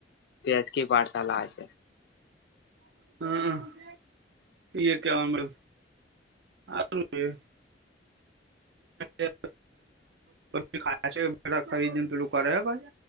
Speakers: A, on the left; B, on the right.
A: તે એચ કી પાઠશાલા હશે.
B: <unintelligible> <inaudible> આ <inaudible> એ પીખા છે, <inaudible> ખરીદી ને પેલું કરે ભાઈ.